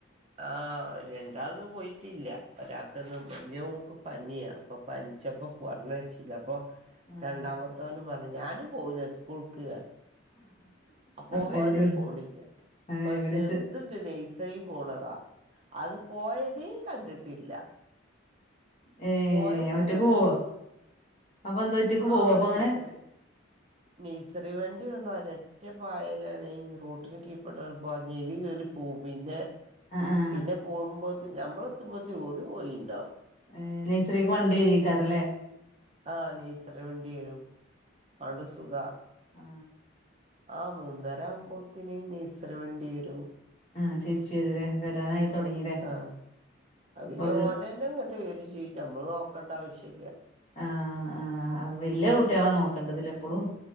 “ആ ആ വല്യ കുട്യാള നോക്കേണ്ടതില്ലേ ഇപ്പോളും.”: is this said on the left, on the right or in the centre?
Left